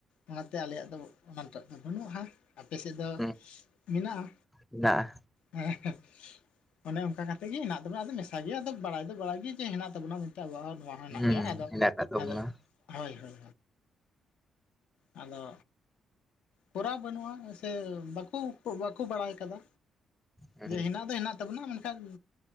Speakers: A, on the left; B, in the centre.
A: ᱚᱱᱟᱛᱮ ᱟᱞᱮᱭᱟᱜ ᱫᱚ ᱚᱱᱟᱴᱟᱜ ᱫᱚ ᱵᱟᱹᱱᱩᱜᱼᱟ᱾ ᱟᱯᱮ ᱥᱮᱫ ᱫᱚ
B: ᱦᱩᱸ
A: ᱢᱮᱱᱟᱜᱼᱟ
B: ᱦᱮᱱᱟᱜᱼᱟ
A: ᱦᱮᱸ ᱚᱱᱮ ᱚᱱᱠᱟ ᱠᱟᱛᱮ ᱜᱮᱢᱮᱱᱟᱜ ᱛᱟᱵᱚᱱᱟᱫᱚ ᱢᱮᱥᱟ ᱜᱮ ᱟᱫᱚ ᱵᱟᱲᱟᱭ ᱫᱚ ᱵᱟᱲᱟᱭ ᱜᱮ ᱡᱮ ᱦᱮᱱᱟᱜ ᱛᱟᱵᱚᱱᱟ᱾ ᱛᱚ ᱟᱵᱚᱣᱟᱜ ᱦᱚᱸ ᱱᱚᱣᱟ ᱦᱚᱸ ᱦᱮᱱᱟᱜ
B: ᱦᱩᱸ
A: ᱜᱮᱭᱟ ᱟᱫᱚ
B: ᱦᱮᱱᱟᱜ ᱟᱠᱟᱫ ᱛᱟᱵᱚᱱᱟ
A: ᱟᱫᱚ ᱦᱳᱭ ᱦᱳᱭ ᱟᱫᱚ ᱠᱚᱨᱟᱣ ᱵᱟᱹᱱᱩᱜᱼᱟ ᱥᱮ ᱵᱟᱠᱚ ᱵᱟᱠᱚ ᱵᱟᱲᱟᱭ ᱟᱠᱟᱫᱟ᱾
B: ᱦᱩᱸ
A: ᱡᱮ ᱦᱮᱱᱟᱜ ᱫᱚ ᱦᱮᱱᱟᱜ ᱛᱟᱵᱚᱱᱟᱱᱮᱱ ᱠᱷᱟᱱ